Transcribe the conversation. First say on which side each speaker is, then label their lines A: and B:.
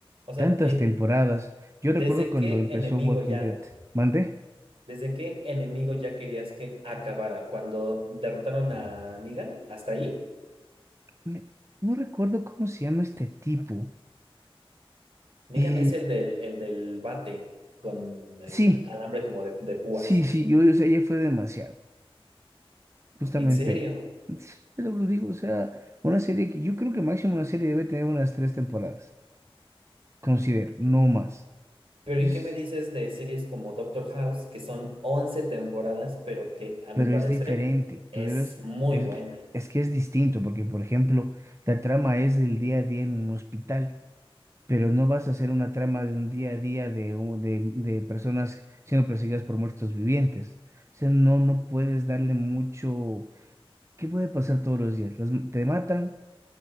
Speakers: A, on the right (about 70°); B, on the right (about 30°).
A: o sea,
B: Tantas
A: en-
B: temporadas. Yo
A: desde
B: recuerdo cuando
A: qué
B: empezó
A: enemigo
B: Walking
A: ya.
B: Dead. ¿Mandé?
A: ¿Desde qué enemigo ya querías que acabara? Cuando derrotaron a Negan, hasta ahí.
B: Me- No recuerdo cómo se llama este tipo.
A: Negan
B: Eh,
A: es el del, el del bate con el
B: sí.
A: alambre como de, de púas.
B: Sí, sí, yo, o sea, ya fue demasiado, justamente
A: ¿En serio?
B: ahí. Entonces, yo lo digo, o sea, una serie que yo creo que máximo una serie debe tener unas tres temporadas, considero, no más.
A: Pero
B: Es-
A: ¿y qué me dices de series como Doctor House, que son 11 temporadas, pero que a
B: pero
A: mi parecer
B: es diferente,
A: es
B: tú debes,
A: muy
B: es,
A: buena?
B: es que es distinto, porque por ejemplo, la trama es del día a día en un hospital, pero no vas a hacer una trama de un día a día de, un- de, de personas siendo perseguidas por muertos vivientes. O sea, no, no puedes darle mucho... ¿Qué puede pasar todos los días? Las- te matan.